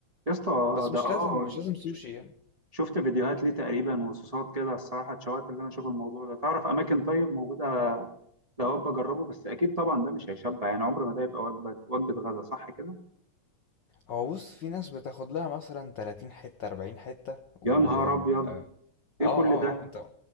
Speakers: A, on the right; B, on the left.
A: يا اسطى
B: بس
A: ده
B: مش
A: اه
B: لازم مش لازم سوشي
A: ش-
B: يعني
A: شفت فيديوهات ليه تقريبا وصوصات كده الصراحه اتشوقت اللي انا اشوف الموضوع ده تعرف اماكن طيب موجوده لا هو بجربه بس اكيد طبعا ده مش هيشبع يعني عمر ما ده يبقى وجبه وجبه غدا صح كده
B: هو بص في ناس بتاخد لها مثلا 30 حته 40 حته و
A: يا نهار
B: اه
A: ابيض ايه
B: اه
A: كل ده
B: اه انت